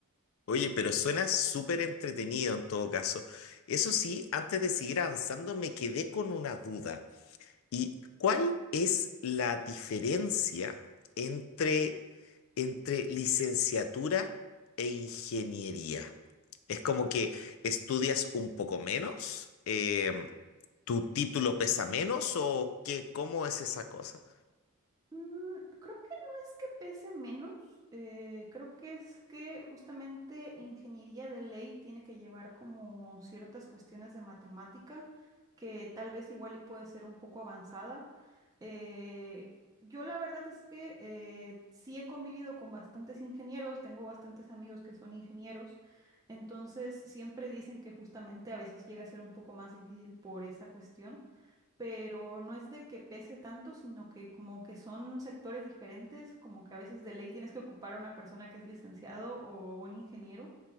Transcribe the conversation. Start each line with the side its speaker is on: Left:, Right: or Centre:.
Left: Oye, pero suena súper entretenido en todo caso. Eso sí, antes de seguir avanzando, me quedé con una duda. ¿Y cuál es la diferencia entre, entre licenciatura e ingeniería? Es como que estudias un poco menos, Eh, tu título pesa menos o qué, ¿cómo es esa cosa?
Right: Mm, creo que no es que pese menos, eh, creo que es que justamente ingeniería de ley tiene que llevar como ciertas cuestiones de matemática que tal vez igual y puede ser un poco avanzada. Eh, yo la verdad es que eh, sí he convivido con bastantes ingenieros, tengo bastantes amigos que son ingenieros, entonces siempre dicen que justamente a veces llega a ser un poco más difícil por esa cuestión pero no es de que pese tanto, sino que como que son sectores diferentes, como que a veces de ley tienes que ocupar a una persona que es licenciado o un ingeniero,